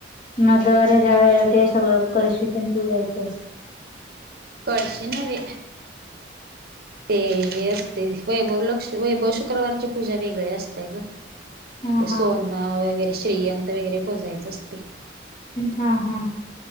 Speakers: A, on the left; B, on the right.
A: नद ज्या वेळेला ते सगळ कशीतीन पूजायच.
B: कळशी नव्हे. ते हे असते वैभव लक्ष् वैभव शुक्रवारची पूजा वेगळी असते ग.
A: हा
B: ते
A: हा.
B: सोनं वगैरे श्रेयंत वगैरे पुजायचं असते.
A: हा हा.